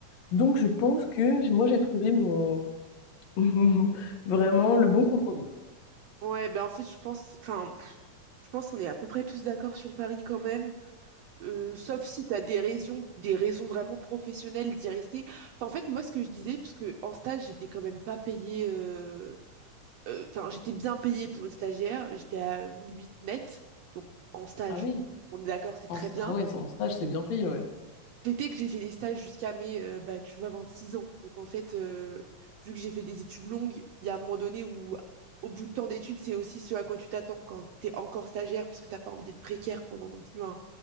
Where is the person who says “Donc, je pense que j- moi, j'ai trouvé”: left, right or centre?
Left